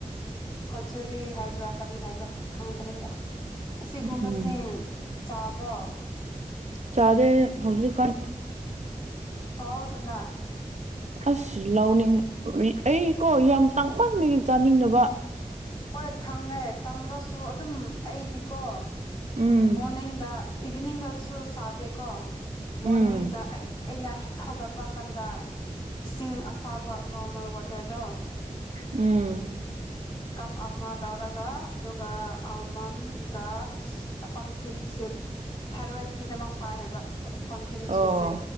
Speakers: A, on the left (about 40°); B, on the right (about 60°).
A: ꯀꯆꯨꯔꯤ ꯍꯥꯏꯕ꯭ꯔꯥ ꯀꯔꯤ ꯍꯥꯏꯕ꯭ꯔꯥ ꯈꯪꯗ꯭ꯔꯦꯗ ꯑꯁꯤꯒꯨꯝꯕꯁꯤꯡ
B: ꯎꯝ
A: ꯆꯥꯕ꯭ꯔꯣ
B: ꯆꯥꯗꯦ ꯍꯧꯖꯤꯛꯀꯥꯟ
A: ꯆꯥꯎꯋꯣꯗꯅ
B: ꯑꯁ ꯂꯧꯅꯤꯡꯔꯤ ꯑꯩ ꯀꯣ ꯌꯥꯝ ꯇꯥꯡꯃꯟꯕꯒꯤ ꯆꯥꯅꯤꯡꯗꯕ
A: ꯍꯣꯏ ꯊꯪꯉꯦ ꯇꯥꯡꯔꯁꯨ ꯑꯗꯨꯝ ꯑꯩꯗꯤꯀꯣ
B: ꯎꯝ
A: ꯃꯣꯔꯅꯤꯡꯗ ꯏꯚꯤꯅꯤꯡꯗꯁꯨ ꯁꯥꯗꯦꯀꯣ ꯃꯣꯔꯅꯤꯡꯗ
B: ꯎꯝ
A: ꯑꯩ ꯑꯩꯅ ꯍꯦꯛ ꯍꯧꯒꯠꯄ ꯀꯥꯟꯗ ꯏꯁꯤꯡ ꯑꯁꯥꯕ ꯅꯣꯔꯃꯦꯜ ꯋꯥꯇ꯭ꯔꯗꯣ
B: ꯎꯝ
A: ꯀꯞ ꯑꯃ ꯂꯧꯔꯒ ꯑꯗꯨꯒ ꯑꯜꯃꯟꯒ ꯄꯝꯀꯤꯟ ꯁꯤꯠ ꯊꯥꯏꯔꯣꯏꯠꯒꯤꯗꯃꯛ ꯐꯥꯏ ꯍꯥꯏꯕ ꯄꯝꯀꯤꯟ ꯁꯤꯠꯁꯦ
B: ꯑꯣ